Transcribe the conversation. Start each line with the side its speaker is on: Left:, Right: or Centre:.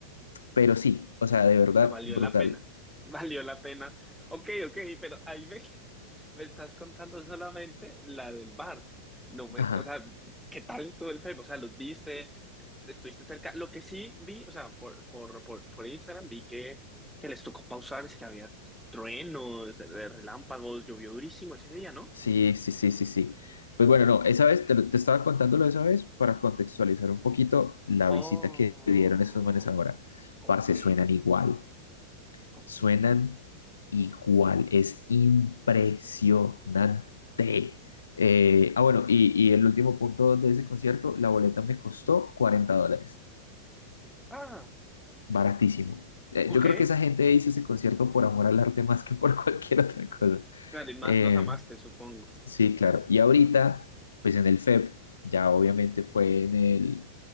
Left: pero sí, o sea, de verdad,
Centre: O sea, valió
Left: brutal.
Centre: la pena. <laughs> Valió la pena. Ok, ok, pero ahí me, <laughs> Me estás contando solamente la del bar. No me-
Left: Ajá,
Centre: o sea, ¿qué tal estuvo el Facebook? O sea, ¿los viste? Est- ¿Estuviste cerca? Lo que sí vi, o sea, por, por, por, por Instagram vi que, que les tocó pausar, es que había truenos, eh, relámpagos, llovió durísimo ese día, ¿no?
Left: sí, sí, sí, sí, sí. Pues bueno, no, esa vez, te, lo- te estaba contándolo esa vez para contextualizar un poquito la
Centre: Oh,
Left: visita que dieron esos manes ahora.
Centre: ok,
Left: Parce, suenan igual.
Centre: ok.
Left: suenan igual, es impresionante. Eh, ah, bueno, y, y el último punto de ese concierto, la boleta me costó 40 dólares,
Centre: Ah,
Left: baratísimo. Eh,
Centre: ok.
Left: yo creo que esa gente hizo ese concierto por amor al arte más que por <laughs> cualquier otra cosa.
Centre: Claro, y más
Left: Eh,
Centre: los amaste, supongo.
Left: sí, claro. Y ahorita, pues en el FEP, ya obviamente fue en el,